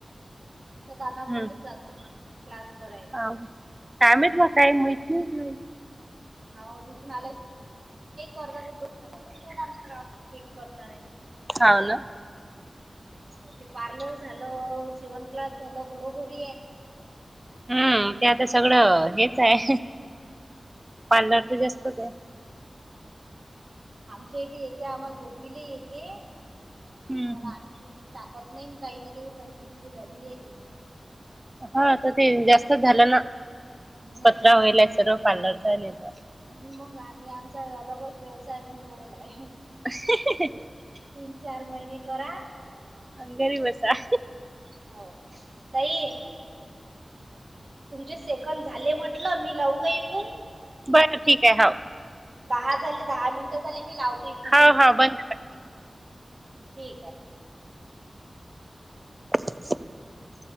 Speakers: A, on the right (about 65°); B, on the right (about 25°).
A: त्या दानापूरलेच
B: हम्म
A: जात होत क्लास करायला
B: काम काय माहित म काही महित नाही बाई
A: हाव तिथून आल्या की <inaudible> आमच्या गावात केक करणार आहे.
B: हाव ना
A: हो ते पार्लर झालं, शिवन क्लास झालं, घरोघरी हेत.
B: हम्म ते आता सगळं हेच हाय पालरच जास्तच आहे.
A: ह आमच्या इथे येते आम्हाला दोघीले येते.
B: हम्म
A: पण <unintelligible> टाकत नाही काही नाही ते सारी खिचडी झालेली आहे त्याची
B: हाता ते जास्तच झालं ना?
A: हम्म.
B: कचरा होईले सर्व <unintelligible> चालेचा
A: म्हणून मग आम्ही आमचा <unintelligible> व्यवसाय निवडलाय.
B: <unintelligible>
A: तीन चार महिने करा
B: आण घरी बसा.
A: हो. ताई तुमचे सेकंद झाले म्हटलं मी लाऊ का एकूण
B: बरं ठीक आहे हाव.
A: दहा झाले दहा मिनटं झाली मी लावतो इथून
B: हाव
A: तुम्ही उचलता
B: हाव बंद
A: ठीक आहे.
B: <inaudible>